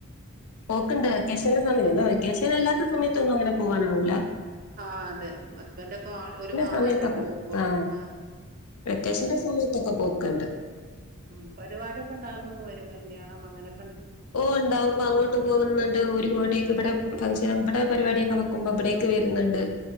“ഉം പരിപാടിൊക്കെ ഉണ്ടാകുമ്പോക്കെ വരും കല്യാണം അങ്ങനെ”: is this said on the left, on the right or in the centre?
Right